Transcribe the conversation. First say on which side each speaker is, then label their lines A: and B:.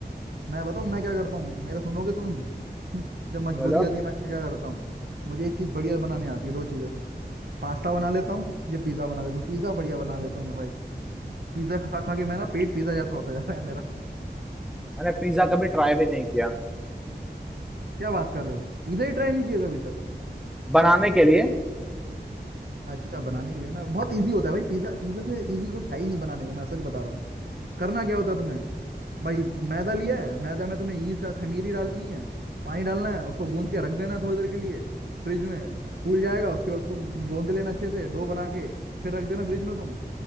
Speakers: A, on the right (about 65°); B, in the centre.
A: मैं बताऊँ मैं क्या करता हूँ मेरा सुनोगे तुम <laughs> जब मजबूरी
B: बोलो
A: होती है मैं क्या करता हूँ मुझे एक चीज बढ़िया बनाने आती है दो चीजें पास्ता बना लेता हूँ ये पिज्जा बना लेता हूँ पिज्जा बढ़िया बना लेता हूँ मैं भाई पिज्जा खा खा के मेरा पेट पिज्जा जैसा होता जा रहा है मेरा
B: मैंने पिज्जा कभी ट्राई भी नहीं किया
A: <laughs> क्या बात कर रहे हो पिज्जा ही ट्राई नहीं किया कभी तक
B: बनाने के लिए
A: अच्छा बनाने के लिए ना बहुत ईजी होता है भाई पिज्जा पिज्जा से ईजी कुछ है ही नहीं बनाने को मैं सच बता रहा हूँ करना क्या होता है तुम्हें भाई मैदा लिया है मैदा में तुम्हें ईस्ट खमीरी डालनी है पानी डालना है उसको गूंद के रख देना है थोड़ी देर के लिए फ्रिज में फूल जाएगा उसके बाद उसको गूंद लेना अच्छे से डो बना के फिर रख देना फ्रिज में तुम